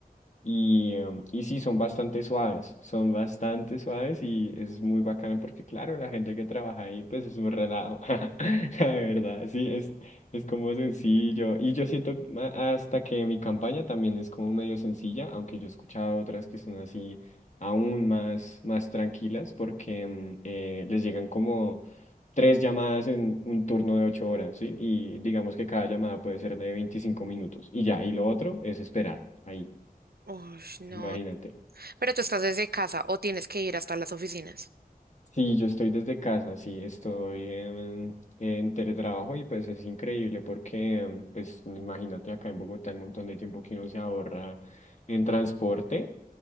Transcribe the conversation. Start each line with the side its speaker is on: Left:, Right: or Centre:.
Left: Y, em, y sí, son bastante suaves, son bastante suaves y es muy bacano porque, claro, la gente que trabaja ahí, pues es un relajo, <laughs> la verdad, sí, es, es como sencillo. Y yo siento ma- hasta que mi campaña también es como medio sencilla, aunque yo he escuchado otras que son así aún más, más tranquilas porque em, eh, les llegan como tres llamadas en un turno de ocho horas, ¿sí? Y digamos que cada llamada puede ser de 25 minutos y ya, y lo otro es esperar ahí.
Right: Uy, no.
Left: Imagínate.
Right: Pero tú estás desde casa o tienes que ir hasta las oficinas.
Left: Sí, yo estoy desde casa, sí, estoy en, en teletrabajo y pues es increíble porque, em, pues imagínate acá en Bogotá el montón de tiempo que uno se ahorra en transporte,